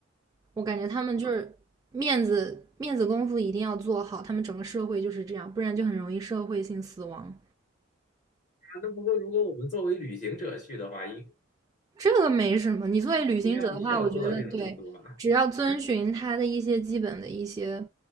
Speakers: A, on the right (about 20°); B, on the left (about 40°).
A: 我感觉他们就是面子面子功夫一定要做好，他们整个社会就是这样，不然就很容易社会性死亡。
B: 那不过如果我们作为旅行者去的话，应
A: 这个没什么。你作为旅行者的话，
B: 应该不需要做到这种程度吧？
A: 我觉得对，只要遵循它的一些基本的一些